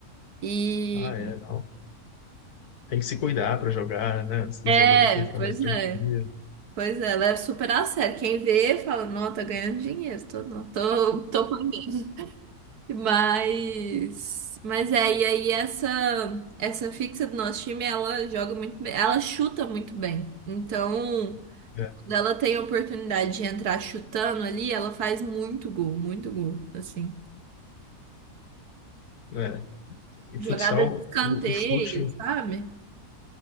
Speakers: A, on the right; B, on the left.
A: E.
B: Ah, é, não. Tem que se cuidar para jogar, né? Antes do
A: É,
B: jogo ali tem que ficar
A: pois
B: mais tranquilo.
A: é. Pois é, leva super a sério. Quem vê fala, não, tá ganhando dinheiro, tô, não, tô, tô punk. Mas, mas é, e aí essa, essa fixa do nosso time, ela joga muito bem, ela chuta muito bem. Então,
B: né?
A: quando ela tem a oportunidade de entrar chutando ali, ela faz muito gol, muito gol, assim.
B: É. E
A: Jogada
B: futsal,
A: de escanteio,
B: o, o chute,
A: sabe?